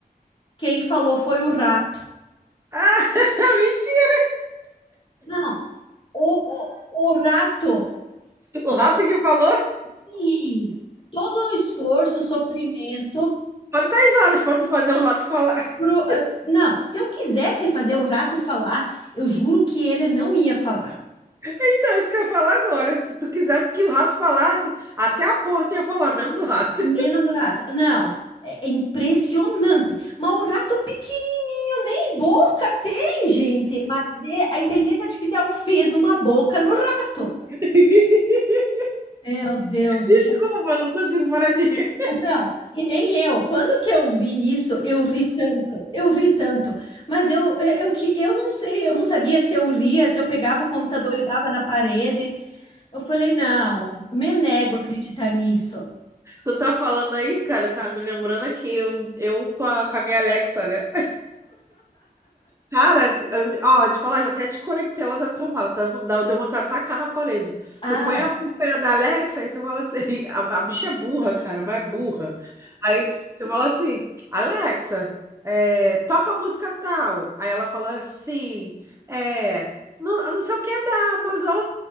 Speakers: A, on the left; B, on the right.
A: Quem falou foi o rato.
B: Ah, <laughs> mentira!
A: Não, o, o, o rato
B: O rato que falou.
A: pequenininho. Todo o esforço, sofrimento.
B: Quantas horas para tu fazer um rato falar? <laughs>
A: Pro, as- não, se eu quisesse fazer o rato falar, eu juro que ele não ia falar.
B: Então, isso que eu ia falar agora. Se tu quisesse que o rato falasse, até a porta ia falar, menos o rato.
A: Menos o rato. Não, é, é impressionante. Mas o rato pequenininho nem boca tem, gente. Mas é, a inteligência artificial fez uma boca no rato.
B: <laughs>
A: Meu Deus do
B: Desculpa,
A: céu.
B: eu não consigo parar de rir.
A: Não, e nem eu. Quando que eu vi isso, eu ri tanto, eu ri tanto. Mas eu, eu, eu que eu não sei, eu não sabia se eu ria, se eu pegava o computador e dava na parede. Eu falei, não, me nego a acreditar nisso.
B: Tu tá falando aí, cara, tá me lembrando aqui, eu, eu com a, com a minha Alexa, né? Cara, eu- ó, te falar, já até desconectei ela da tomada, tá, dá- deu vontade de tacar na parede.
A: Ah,
B: Tu põe a
A: é.
B: porcaria da Alexa, aí você fala assim, <laughs> a, a bicha é burra, cara, mas é burra. Aí você fala assim, Alexa, é, toca a música tal. Aí ela fala assim, é, não, não sei o que é da Amazon